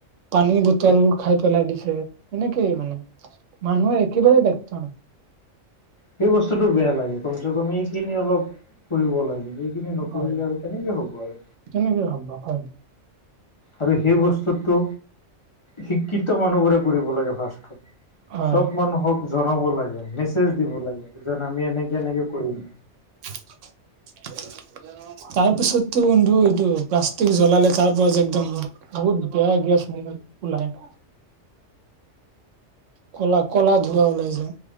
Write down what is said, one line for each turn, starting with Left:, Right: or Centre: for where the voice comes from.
Right: পানী বটল খাই পেলাই দিছে এনেকেই মানে মানুহৰ একেবাৰে দায়িত্ব নাই
Left: সেই বস্তুটো বেয়া লাগে, কমচে কম এই কিনি অলপ কৰিব লাগে। সেই- খিনি নকৰিলে
Right: হয়
Left: আৰু কেনেকে হ'ব আৰু।
Right: কেনেকে সম্ভব হয়।
Left: আৰু সেই বস্তুটো শিক্ষিত মানুহবোৰে কৰিব লাগে ফাৰ্ষ্টত।
Right: হয়
Left: চব মানুহক জনাব লাগে মেছেজ দিব লাগে যেন আমি এনেকে এনেকে কৰিম।
Right: <unintelligible> তাৰ পিছততো বন্ধু এইটো প্লাষ্টিক জ্বলালে তাৰ পৰা যে একদম বহুত বেয়া গেছ ও ওলাই কলা কলা ধুুৱা ওলাই যে